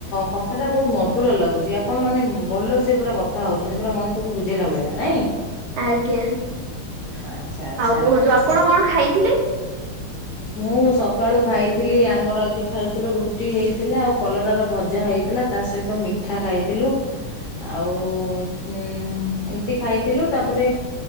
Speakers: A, on the left; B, on the right.
A: କଥାଟା ବହୁତ ମଧୁର ଲାଗୁଛି। ଆପଣ ମାନେ ଭଲ ସେ ପୁରା କଥା ହଉଛନ୍ତି, ପୁରା ମଣିଷକୁୁ ବୁଝ ଭଳିଆା ନାଇଁ?
B: ଆଜ୍ଞା,
A: ଆଚ୍ଛା ଆଚ୍ଛା
B: ଆଉ କୁହନ୍ତୁ ଆପଣ
A: ହଉ।
B: କଣ ଖାଇଥିଲେ?
A: ମୁଁ ସକାଳୁ ଖାଇଥିଲି। ଆମର ଆଜି ଖାଇଥିଲୁ ରୁଟି ହେଇଥିଲା ଆଉ କଲରାର ଭଜା ହେଇଥିଲା। ଥିଲା ତା ସହିତ ମିଠା ଖାଇଥିଲୁ। ଆଉ ଉ ଏମିତି ଖାଇଥିଲୁ। ତାପରେ